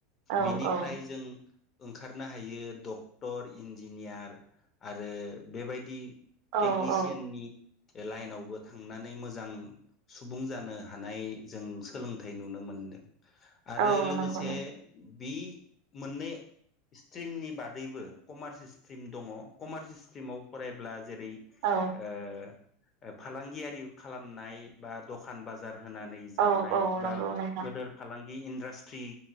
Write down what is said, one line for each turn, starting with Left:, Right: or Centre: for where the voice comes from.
Right: औ
Left: बिनिफ्राय
Right: औ
Left: जों ओंखारनो हायो डक्टर इन्जिनियार आरो बेबायदि
Right: औ
Left: टेकनिसियाननि
Right: औ
Left: लाइनावबो थांनानै मोजां सुबुं जानो हानाय जों सोलोंथाइ नुनो मोनदों। आरो
Right: औ
Left: लोगोसे
Right: नंगौ
Left: बि मोननै स्ट्रिमनि बादैबो कमार्स स्ट्रिम दङ' कमार्स स्ट्रिमाव फरायब्ला जेरै
Right: औ
Left: ओ ओ फालांगियारि खालामनाय बा दखान बाजार होनानै जानाय
Right: औ औ
Left: बा
Right: नंगौ नोंथां
Left: गोदोर फालांगि इनदाष्ट्रि